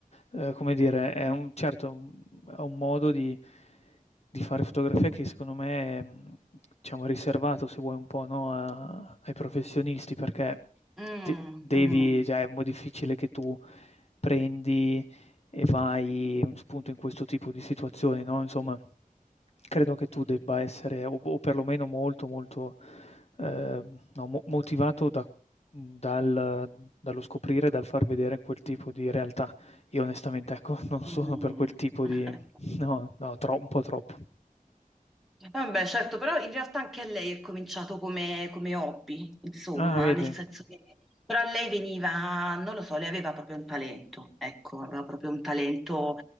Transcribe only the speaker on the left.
eh, come dire, è un, certo, un- è un modo di, di fare fotografia che secondo me è, mh, diciamo, riservato, se vuoi, un po', no, a- ai professionisti, perché
te- devi,
cioè, è molto difficile che tu prendi e fai un spunto in questo tipo di situazioni, no, insomma, credo che tu debba essere o o perlomeno molto, molto, ehm, no, mo motivato da dal dallo scoprire, dal far vedere quel tipo di realtà. Io onestamente, ecco, <laughs> non sono
per quel tipo
di no, no, tro un po' troppo.
Ah, vedi?